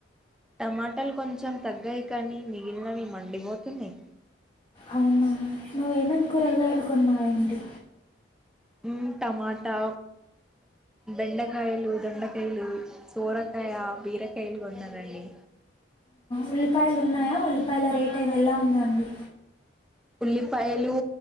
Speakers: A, in the centre; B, on the left.
A: టమాటాలు కొంచెం తగ్గాయి కానీ మిగిలినవి మండిపోతున్నాయి
B: అవునా నువ్వేమేమి కూరగాయలు కొన్నావేంటి
A: ఉమ్ టమాటా బెండకాయలు దొండకాయలు సోరకాయ బీరకాయలు కొన్నారండి
B: ఉల్లిపాయలు ఉన్నాయా ఉల్లిపాయల రేట్ అయినా ఎలా ఉందండి
A: ఉల్లిపాయలు